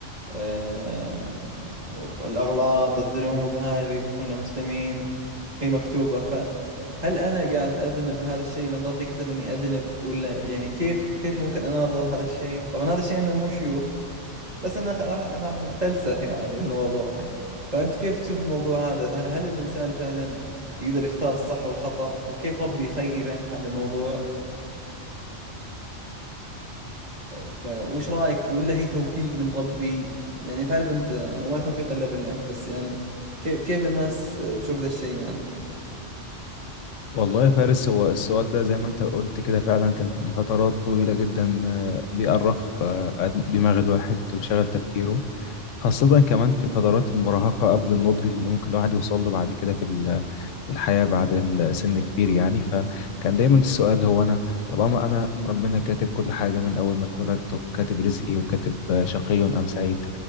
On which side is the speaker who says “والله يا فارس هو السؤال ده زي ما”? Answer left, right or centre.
Left